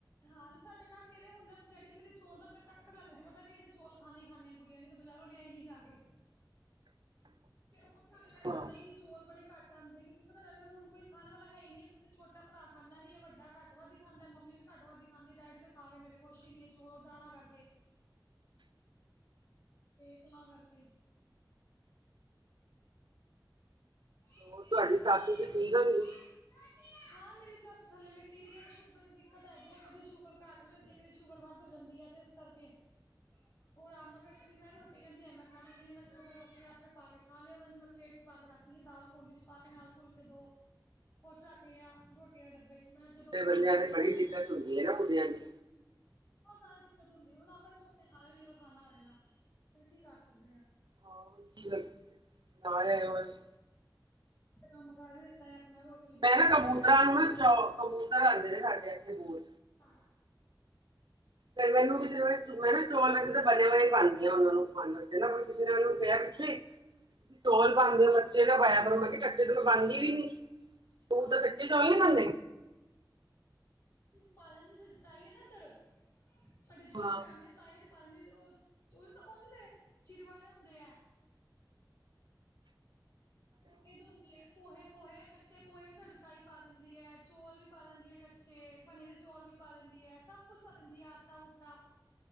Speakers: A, on the left (about 35°); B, on the right (about 70°).
A: ਹਾਂ, ਸਾਡੇ ਘਰ ਮੇਰੇ ਹੁੰਦੇ ਆ ਡੈਡੀ ਮੇਰੇ ਚੋਲ ਦਾ ਕੱਟਾ- ਕੱਟਾ ਲੈਂਦੇ ਸੀ ।ਪਤਾ ਕਿ ਇਨੇ ਚੌਲ ਖਾਣੇ ਈ ਖਾਣੇ ਆ। ਕੁੜੀਆਂ ਨੇ ਤਾਂ- ਬਜ਼ਾਰੋਂ ਲਿਆਗੀ ਜਾ ਕੇ। ਤੇ ਹੁਣ ਸਾਡੇ ਘਰ
B: ਹਾਂ
A: ਆਂਦਾ ਈ ਨੀ ।ਚੋਲ ਬੜੇ ਘੱਟ ਆਂਦੇ। ਕਿਉਂਕਿ- ਕੀ ਪਤਾ ਡੈਡੀ ਨੂੰ ਹੁਣ ਕੋਈ ਖਾਣ ਵਾਲਾ ਹੈ ਈਨੀ। ਛੋਟਾ ਭਰਾ ਖਾਂਦਾ ਨੀ ਏ ਵੱਡਾ ਘੱਟ ਵੱਧ ਈ ਖਾਂਦਾ। ਮੰਮੀ ਵੀ ਘੱਟ ਵੱਧ ਈ ਖਾਂਦੀ । ਡੈਡੀ ਤੇ ਖਾ ਕੇ ਮੇਰੇ ਖੁਸ਼ ਈ ਨੀ ਏ । ਦੋ ਦਾੜਾ ਕਰਕੇ ਏਕ ਕਲਾਂ ਕਰਕੇ ਇਸ-
B: ਹੋਰ ਤੁਹਾਡੀ ਸਾਸੂ ਦੀ ਠੀਕ ਆ ਵੀ
A: ਹਾਂ, ਮੇਰੀ ਸੱਸ ਥੱਲੇ ਲੇਟੀ ਦੀ ਏ ।ਸ਼ੂਗਰ ਦਿੱਕਤ ਹੈਗੀ ਏ। ਕਦੇ ਸ਼ੂਗਰ ਘੱਟ ਹੋ ਜਾਂਦੀ ਏ, ਕਦੀ ਸ਼ੂਗਰ ਵੱਧ ਹੋ ਜਾਂਦੀ ਏ। ਤੇ ਇਸ ਕਰਕੇ ਓ ਆਰਾਮ ਨਾਲ ਬੈਠੀ ਵੀ ਮੈਂ ਰੋਟੀ ਕੇਂਦੀ ਅਜੇ ਮੈਂ ਖਾਣੀ ਨੀ ਮੈਂ ਚਲੋ ਫੇਰ ਰੁਕ ਕੇ, ਆਪੇ ਪਾ ਕੇ ਖਾ ਲਿਓ ।ਕਦੀ ਕੋਈ ਨੀ- ਪਲੇਟ'ਚ ਪਾ ਕੇ ਰੱਖ ਤੀ ਏ। ਦਾਲ ਕੋਲੀ' ਚ ਪਾ ਕੇ ਨਾਲ ਫੁਲਕੇ ਦੋ ।ਕੁਛ ਰੱਖ ਆਈ ਆਭ ਰੋਟੀਆਂ ਡੱਬੇ ਚ' ਮੈਂ ਜਦੋਂ
B: ਬੁੱਢੇ
A: ਖਾਣੇ
B: ਬੰਦਿਆਂ
A: ਹੋਣਗੇ
B: ਦੀ ਬੜੀ
A: ਕੱਢ
B: ਦਿੱਕਤ
A: ਕੇ
B: ਹੁੰਦੀ ਏ ਨਾ ।ਬੁੱਢਿਆਂ ਦੀ-
A: ਬੋਤ ਜ਼ਾਦਾ ਦਿੱਕਤ ਹੁੰਦੀ ਹੁਣ ਆਪਾਂ ਚੁੱਕ ਕੇ ਖਾਲੇਗੀ ਜਦੋਂ ਖਾਣਾ ਹੋਏਗਾ। ਫਿਰ ਕੀ ਕਰ ਸਕਦੇ ਆਂ।
B: ਹਾਂ ਕੀ ਕਰ <unintelligible>
A: ਕੰਮ ਕਰ ਦਿੱਤਾ। ਆਪਣਾ ਰੋਟੀ ਬਣਾਈ
B: ਮੈਂ ਨਾ
A: ਦੀ
B: ਕਬੂਤਰਾਂ
A: ਹੈ ਡੱਬੇ
B: ਨੂੰ
A: ਪਈ
B: ਨਾ ਚ ਕਬੂਤਰ ਆਉਂਦੇ ਨੇ ਸਾਡੇ ਇੱਥੇ ਬੋਰ
A: ਹਾਂ
B: ਫੇਰ ਮੈਨੂੰ ਵੀ ਜਿਵੇ ਮੈਂ ਨਾ ਚੌਲ ਮੈਂ ਤਾਂ ਬਣਿਆ ਬ ਪਾਉਂਦੀ ਹ ਉਹਨਾਂ ਨੂੰ ਖਾਣ ਤੇ ਨਾ ਕਿਸੇ ਨੇ ਉਹਨ ਨੂੰ ਕਿਹਾ ਪਿੱਛੇ ਚੌਲ ਪਾਉਂਦੇ ਹੋ ਕੱਚੇ ਦਾ ਬਾਇਆ ਪਰੋ ਮੈਂ ਕਿਹਾ ਕੱਚੇ ਤੇ ਮੈਂ ਬਣਦੀ ਵੀ ਨ ਉਹ
A: ਹਾਂ
B: ਫੇਰ ਕੱਚੇ ਚੌਲ ਨੀ ਖਾਂਦੇ।
A: ਪਾਲਣ ਦੀ ਸਾਡੇ ਤਾਈ ਹੈ ਨਾ ਇੱਧਰ ਸਾਡੀ ਜਆਇੰਟ
B: ਹਾਂ।
A: ਫੈਮਲੀ ਤਾਂਹੀ ਪਤਾ ਨੀ ਉਹ ਉਹਨ ਉਹਨ ਦੇ ਚਿਰਵੜੇ ਹੁੰਦੇ ਹੈ ਪੋਹੇ ਧੋਂਦੇ ਆ ਪੋਹੇ ਪੋਹੇ ਕੱਚੇ ਪੋਹੇ ਵੀ ਸਾਡੀ ਤਾਈ ਪਾ ਦਿੰਦੀ ਹੈ ਚੌਲ ਵੀ ਪਾ ਦਿੰਦੀ ਹੈ ਕੱਚੇ ਭਣੇ ਦੇ ਚੌਲ ਵੀ ਪਾ ਦਿੰਦੀ ਹੈ ਸਭ ਕੁਛ ਪਾ ਦਿੰਦੀ ਆ ਆਟਾ ਊਟਾ